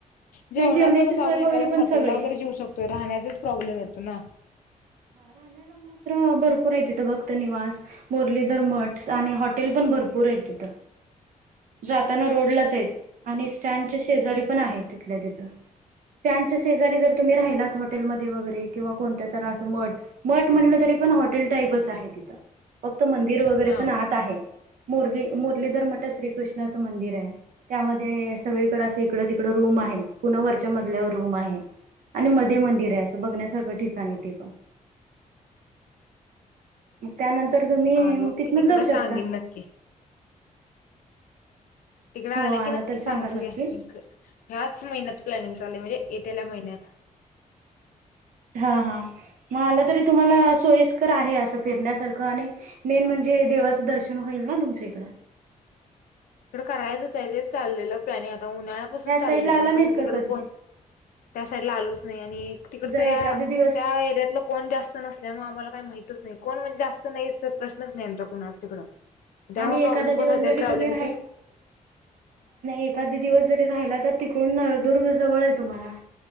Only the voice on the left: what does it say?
जेवणाचं
कसं
आपण
एखाद्या
हॉटेलला
वगैरे
जेऊ शकतोय राहण्याचाच प्रॉब्लेम येतो ना
हा
आलो
की तिकडं
सांगेन
नक्की तिकडं आलं
की नक्की
सांग
तू घ्या ह्याच महिन्यात प्लॅनिंग चाललय म्हणजे येत्याल्या महिन्यात.
करायच आहे ते चाललेलं प्लॅनिग आता उन्हाळ्यापासून
चालयय
पण कसं
तिकडे
कोण त्या साईडला आलोच नाही आणि तिकडच
या
त्या एरियातलं कोण जास्त नसल्यामुळे आम्हाला काय माहित माच नाही कोण म्हणजे जास्त नाही प्रश्नच नाही आमच्या कोणाच तिकड त्यामुळे
ग प्रॉब्लेम
कस
ट्रव्हलिंग.